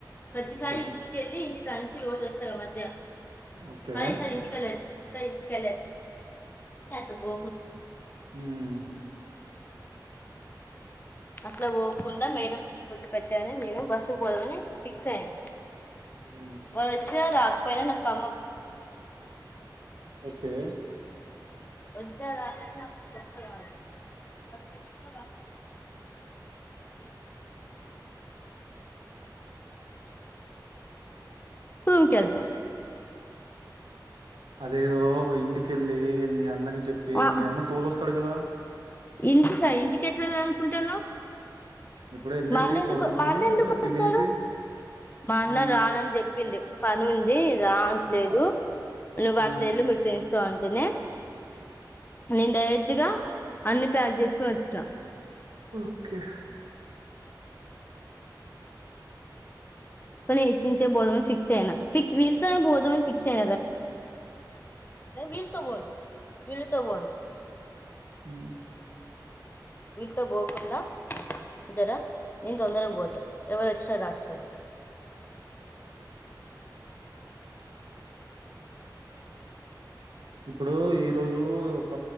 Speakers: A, on the left (about 25°); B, on the right (about 85°).
A: ప్రతిసారి
B: ఓకే
A: ఇంటికెళ్ళి ఇంటికి ంచి కి రోజు అత్తర మధ్యాహ్నం
B: ఓకే
A: అయిపోయే ఇంటికేల ఇంకా ఇంటికి వెళ్లే <inaudible> గో
B: మ్
A: అట్లా పోకుండా మేడం వదిలి పెట్టి అయినా మీరు బస్ పోదాం అని ఫిక్స్ అయినా
B: హ్మ్
A: వాళ్ళు వచ్చిన రా ఖమ్మమ్
B: ఓకే
A: వచ్చినా రాకపోయినా నాకు కొత్త కాదు బస్ ఎక్కుతా బస్ స్టాండ్ దిగుతా బస్ స్టాండ్ రూమ్ కెళ్తాము
B: అదేదో ఇంటికెళ్ళి మీ అన్నకి చెప్పి
A: ఆ
B: మీ అన్న తోల డుగదా
A: ఇంటికా ఇంటికి ఎట్లాలనుకుంటనవ్
B: ఎప్పుడో ఎళ్ళేసి
A: మా అన్న ఎందుకు
B: సదురుకొని
A: మా అన్న ఎందుకు
B: తినేసి
A: వస్తడు మా అన్న
B: హ్మ్
A: రానని చెప్పిండు పని ఉంది రావట్లేదు
B: ఆ
A: నువ్వు
B: హ్మ్
A: అట్లా వెళ్ళు మీ ఫ్రెండ్స్ స అంటేనే నేను డైరెక్ట్ గా అన్ని ప్యాక్ చేసుకొని వచ్చినా
B: ఓకే
A: ఇటునుంచే పోదాం అని ఫిక్స్ అయినా ఫిక్స్ వీళ్ళతోనే పోదాం అని ఫిక్స్ అయినా కదా వీళ్ళ తో తో పోదాం
B: హ
A: వీళ్ళతో పోకుండా జర నేను తొందరగా పోతా ఎవరు వచ్చినా రాకపోయినా
B: ఇప్పుడు ఈరోజు ఒక